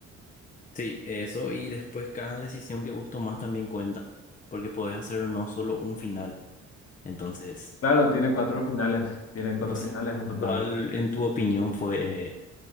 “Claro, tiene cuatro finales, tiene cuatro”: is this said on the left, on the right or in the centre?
Left